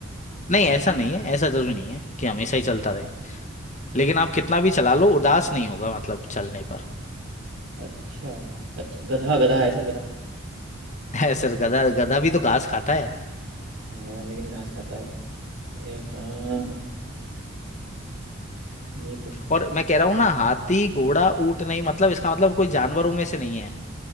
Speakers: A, on the left (about 35°); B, on the right (about 80°).
A: नहीं ऐसा नहीं है ऐसा जरूरी नहीं है कि हमेशा ही चलता
B: अच्छा
A: रहे लेकिन आप कितना भी चला लो उदास नहीं होगा मतलब चलने पर
B: अच्छा अच्छा अच्छा, गधा गधा है सर गधा
A: <laughs> है सर गधा गधा भी तो घास खाता है
B: हाँ यार लेकिन घास खाता है ये हाँ ये तो
A: और मैं
B: है।
A: कह रहा हूँ ना हाथी घोड़ा ऊंट नहीं मतलब इसका मतलब कोई जानवरों में से नहीं है